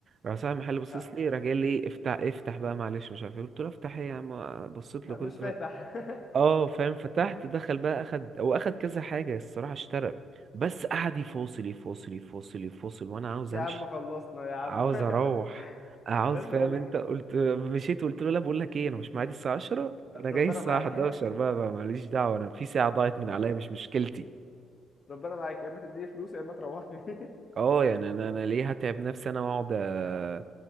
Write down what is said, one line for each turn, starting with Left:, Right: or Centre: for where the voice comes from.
Right: راح صاحب المحل باصص
Left: ه-
Right: لي راح جاي قال لي إيه، افتح افتح بقى معلش مش عارف ايه قلت له افتح ايه يا عم بصيت
Left: ه-
Right: له قلت
Left: مش فاتح
Right: له
Left: <laughs>
Right: اه فاهم فتحت دخل بقى اخد هو اخد كذا حاجه الصراحه اشترى بس قعد يفاصل يفاصل يفاصل يفاصل وانا عاوز
Left: يا
Right: امشي
Left: عم خلصنا يا عم
Right: عاوز
Left: <laughs>
Right: اروح عاوز
Left: لسه
Right: فاهم
Left: بقول لك
Right: انت
Left: إيه،
Right: قلت مشيت وقلت له لا بقول لك ايه انا مش معادي الساعه 10 انا جاي
Left: ربنا
Right: الساعه
Left: معاك
Right: 11 بقى, بقى ماليش دعوه انا في ساعه ضاعت من عليا مش مشكلتي
Left: <laughs> ربنا معاك يا اما تديني فلوس يا اما تروحني <laughs>
Right: اه يعني انا انا ليه هتعب نفسي انا واقعد أ-